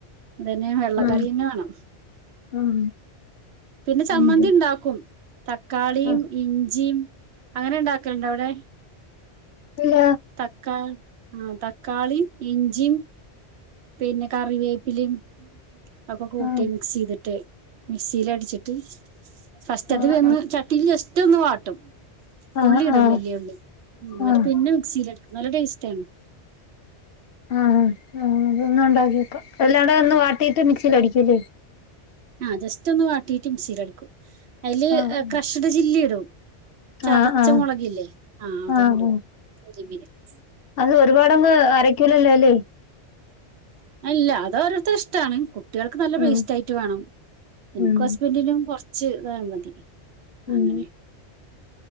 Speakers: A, on the right (about 70°); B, on the left (about 65°).
A: അതെന്നെ വെള്ളക്കറിന്നെ
B: ആഹ്
A: വേണം
B: ആഹ്
A: പിന്നെ ചമ്മന്തി
B: ഉം
A: ഇണ്ടാക്കും തക്കാളീം
B: ആഹ്
A: ഇഞ്ചി അങ്ങനെഇണ്ടാക്കൽണ്ടെ അവ്ടെ
B: ഇല്ല
A: തക്കാൾ ആ തക്കാളീം ഇഞ്ചി പിന്നെ കറിവേപ്പിലിം ഒക്കെ കൂട്ടി
B: ആഹ്
A: മിക്സ്യ്തിട്ട് മിക്സിയില് അടിച്ചിട്ട് ഫസ്റ്റ് അത്
B: ആഹ്
A: വെന്ന് ചട്ടീൽ റ്റൊന്ന് വാട്ടും
B: ആഹ്
A: ഉള്ളി ഇടും
B: ആഹ് ആഹ്
A: വലിയുള്ളി എന്നിട്ട്
B: ആഹ്
A: പിന്നെ <unintelligible> നല്ല ടേസ്റ്റ് ആണ്
B: ആ അ തൊന്ന് ഉണ്ടാക്കിക്കോ എല്ലാടൊന്ന് വാ <unintelligible> മിക്സിലടിക്കൂലെ
A: ആ ജസ്റ്റ് ഒന്ന് വാട്ടീട്ട് മിക്സിലടിക്കും അയില്
B: ആഹ്
A: ക്രഷ്ഡ് ചില്ലി ഇടും ചതച്ച
B: ആഹ് ആഹ്
A: മുളകില്ലെ ആ അതുടും
B: ആഹ് ആഹ്
A: <unintelligible>
B: അത് ഒരുപാടങ്ങ് അരക്കൂലല്ലെ
A: അല്ല അത് ഓരോരുടെ ഇഷ്ടാണ് കുട്ടിൾക്ക് നല്ല
B: ഉം
A: പേസ്റ്റ് ആയിട്ട് വേണം. ഇൻക്കും
B: ഉം
A: ഹസ്ബൻഡിനും കൊറ ച്ച് താമതി
B: ഉം
A: അങ്ങനെ